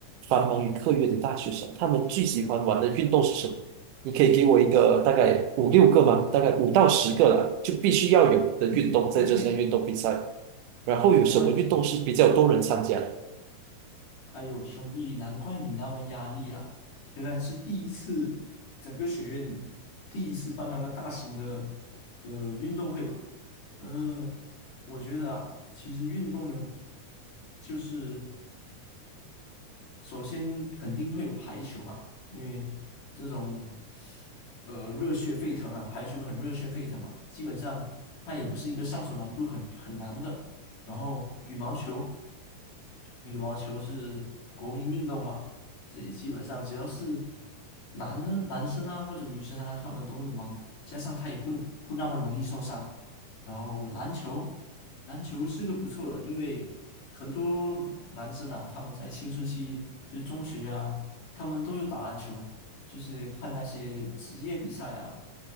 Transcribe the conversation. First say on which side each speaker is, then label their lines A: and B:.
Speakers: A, on the right; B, on the left.
A: 繁忙于课业的大学生，他们最喜欢玩的运动是什么？你可以给我一个大概五六个吗？大概五到十个了，就必须要有的运动在这项运动比赛。
B: 嗯，可以可以，
A: 然后有什么运动是比较多人参加的？
B: 没问题。哎呦，兄弟，难怪你那么压力啊！原来是第一次，整个学院第一次办那么大型的呃运动会吧？呃，我觉得啊，其实运动呢，就是首先肯定会有排球嘛，因为这种呃热血沸腾啊，排球很热血沸腾嘛，基本上它也不是一个上手难度很很难的。然后羽毛球，羽毛球是国民运动嘛，这里基本上只要是男的男生啊或者女生啊，他们都会玩，加上它也不不那么容易受伤。然后篮球。篮球是个不错的，因为很多男生啊，他们在青春期，就是中学啊，他们都有打篮球，就是看那些职业比赛啊。